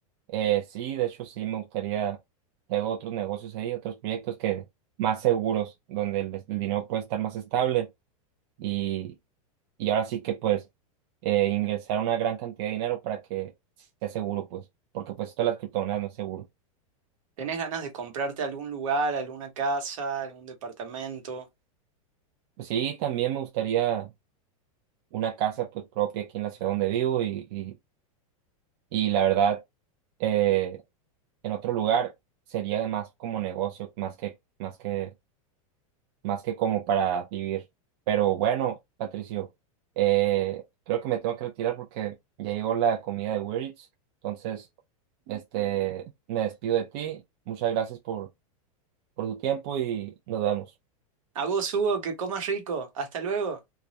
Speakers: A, on the right; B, on the right.
A: Eh, sí, de hecho sí me gustaría, tengo otros negocios ahí, otros proyectos que más seguros, donde el el dinero puede estar más estable y y ahora sí que pues eh, ingresar una gran cantidad de dinero para que sea seguro, pues, porque pues esto de las criptomonedas no es seguro.
B: ¿Tenés ganas de comprarte algún lugar, alguna casa, algún departamento?
A: Pues sí, también me gustaría una casa pues propia aquí en la ciudad donde vivo y, y, y la verdad eh, en otro lugar sería más como negocio, más que, más que, más que como para vivir. Pero bueno, Patricio, eh, creo que me tengo que retirar porque ya llegó la comida de Uber Eats, entonces... Este, me despido de ti. Muchas gracias por por tu tiempo y nos vemos.
B: A vos, Hugo, que comas rico. Hasta luego.